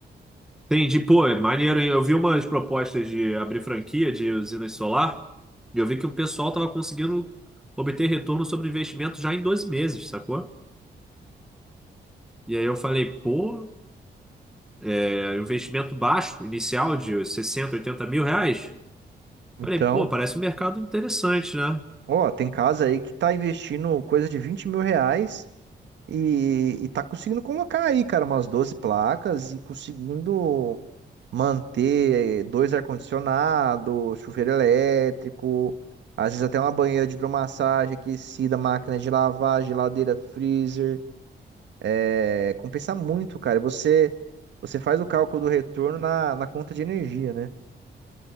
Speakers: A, in the centre; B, on the right.
A: Entendi, pô, é maneiro, hein? Eu vi umas propostas de abrir franquia de usinas solar e eu vi que o pessoal tava conseguindo obter retorno sobre investimento já em 12 meses, sacou? E aí eu falei, pô, é, investimento baixo, inicial de 60, 80 mil reais.
B: Então,
A: Falei, pô, parece um mercado interessante, né?
B: ó, tem casa aí que tá investindo coisa de vinte mil reais E, e tá conseguindo colocar aí, cara, umas 12 placas e conseguindo manter dois ar-condicionado, chuveiro elétrico, às vezes até uma banheira de hidromassagem aquecida, máquina de lavar, geladeira, freezer. É, compensa muito, cara. E Você, você faz o cálculo do retorno na, na conta de energia, né?